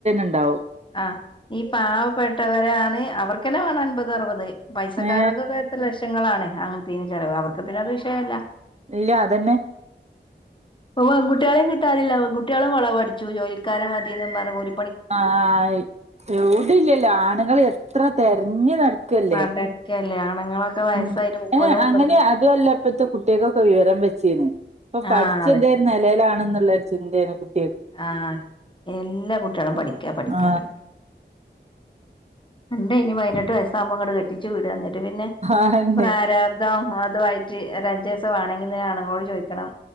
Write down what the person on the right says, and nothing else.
ഉണ്ടാവും
ഏ
ഇല്ല അതന്നെ
ആ എ യൗടിയില്ലല്ലോആണുങ്ങൾ എത്ര തെരഞ്ഞ് നടക്കല്ലേ
ഉ
ഏ
അങ്ങനെ അതുഅല്ലപ്പത്തെ കുട്ടിയൊക്കൊക്കെ വിവരം വെച്ചീന്ന് ഇപ്പം പഠിച്ച്
എന്തേരു നിലയിലാണെന്നുള്ള ഒരു ചിന്തേണ് കുട്ടി
ആ
അതന്നെ